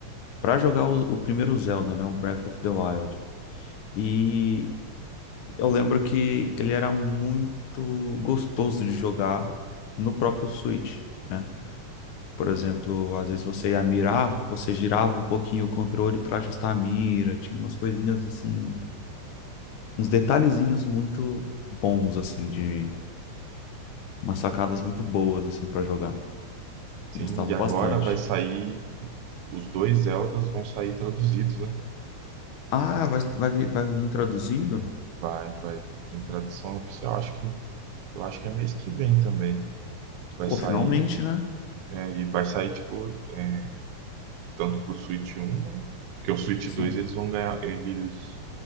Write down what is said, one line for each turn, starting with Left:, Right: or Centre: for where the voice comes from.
Left: pra jogar o, o primeiro Zelda, né? O Breath of the Wild. E Eu lembro que ele era muito gostoso de jogar no próprio Switch, né? Por exemplo, às vezes você ia mirar, você girava um pouquinho o controle para ajustar a mira, tinha umas coisinhas assim, uns detalhezinhos muito bons assim de umas sacadas muito boas assim para jogar.
Right: Sim,
Left: Gostava
Right: e agora
Left: bastante.
Right: vai sair, os dois Zeldas vão sair traduzidos, né?
Left: Ah, vai vai vir, vai vir traduzido?
Right: Vai, vai em tradução oficial, acho que, eu acho que é mês que vem também. Vai
Left: Pô,
Right: sair,
Left: finalmente, né?
Right: é, e vai sair, tipo, é, tanto pro Switch 1, né? Porque o Switch
Left: Sim.
Right: 2 eles vão ganhar, eles,